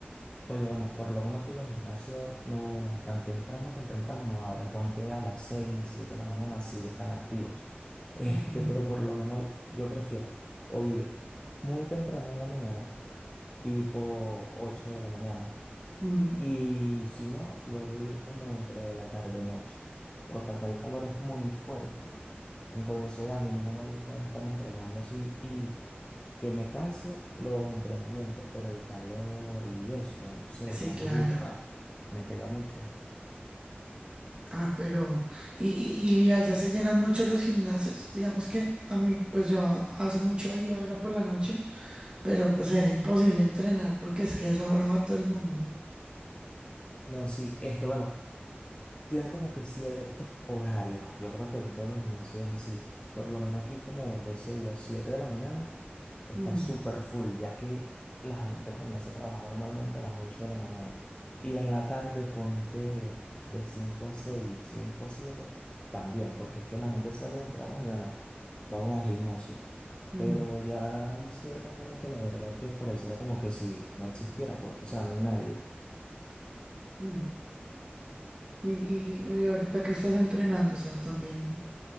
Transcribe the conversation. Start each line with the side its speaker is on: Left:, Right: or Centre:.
Left: Oye, bueno, por lo menos aquí los gimnasios no tan temprano, tan temprano no abren. Ponte a las 6 7 de la mañana, sí, ya están activos. Este,
Right: Ujú,
Left: pero por lo menos yo prefiero o ir muy temprano en la mañana, tipo 8 de la mañana,
Right: ujú.
Left: y si no, luego ir como entre la tarde y noche, porque acá el calor es muy fuerte. Entonces a mí no me gusta estar entrenando así y que me canse los entrenamientos, pero el calor y eso, no sé,
Right: Sí,
Left: no
Right: claro.
Left: me gusta, me pega mucho.
Right: Ah, pero, y, y- y allá se llenan mucho los gimnasios. Digamos que a mí, pues yo hace mucho iba, era por la noche, pero pues era imposible entrenar porque es que a esa hora va todo el mundo.
Left: No, sí, este, bueno, tiene como que ciertos horarios. Yo creo que en todos los gimnasios es así. Por lo menos aquí como de 6 a 7 de la mañana está
Right: Mm,
Left: súper full, ya que la gente comienza a trabajar normalmente a las 8 de la mañana. Y en la tarde ponte de 5 a 6, 5 a 7 también, porque es que la gente sale del trabajo y bueno, vamos al gimnasio.
Right: mm,
Left: Pero ya hay ciertas horas que la verdad que pareciera como que si no existiera, porque, o sea, no hay nadie.
Right: mm. Y, y, y- y ahorita que estás entrenando, o sea, también